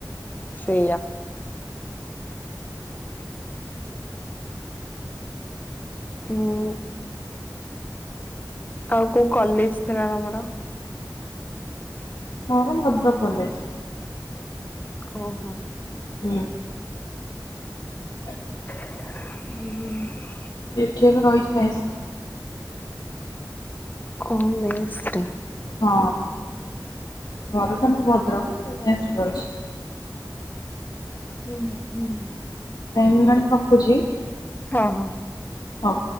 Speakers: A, on the left; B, on the left.
A: ସେଇଆ। ହୁଁ। ଆଉ କୋଉ କଲେଜ ଥିଲା ତମର?
B: ମୋର ମଧ୍ୟପ୍ରଦେଶ।
A: ଓହୋ।
B: ହୁଁ। <inaudible>
A: <inaudible>
B: ଏଠି ବି ରହିଛି <unintelligible>
A: କୋଉ ମେସ୍‌ରେ?
B: ହଁ ଘର ଟା ମୋର ଭଦ୍ରକ ମୁଁ ଭୁବେନେଶ୍ୱର ରହିଚି।
A: ହୁଁ ହୁଁ।
B: ରାଇମ୍ <unintelligible> ରଖୁଛି।
A: ଓହୋ।
B: ହଉ।